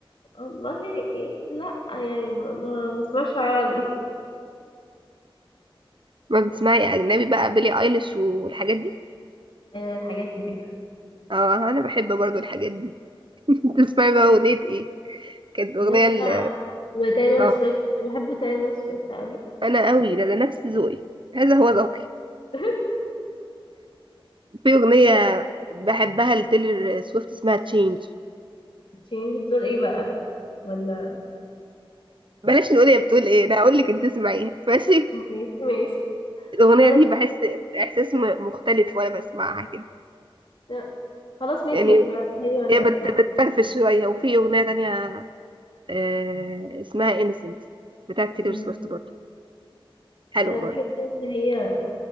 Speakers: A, on the left; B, on the right.
A: والله إيه، لا يعني ما ما بسمعش عربي
B: ما بتسمعي اجنبي بقى بيلي ايليش والحاجات دي
A: ايوه الحاجات دي
B: اه انا بحب برضو الحاجات دي <laughs> تسمعي بقى اغنيه ايه كانت اغنيه
A: بسمع
B: ال
A: وتايلور
B: اه
A: سويفت بحب تايلور سويفت قوي
B: انا قوي ده ده نفس ذوقي هذا هو ذوقي
A: <laughs>
B: في اغنيه
A: بس
B: بحبها لتيلر سويفت اسمها تشينج
A: تشينج بتقول ايه بقى ولا
B: بلاش نقول هي بتقول ايه انا هقول لك انت اسمعيها ماشي
A: ماشي ماشي
B: الاغنيه
A: خلاص
B: دي بحس احساس م- مختلف وانا بسمعها كده
A: لا، خلاص ماشي
B: يعني
A: ابعتيلي وانا
B: هي بت-
A: اسمع
B: بتفرفش شوية وفي أغنية تانية آه، اسمها انسنت بتاعت تيلور
A: مم.
B: سويفت برضه حلوة
A: انا
B: برضه
A: بحب اللي هي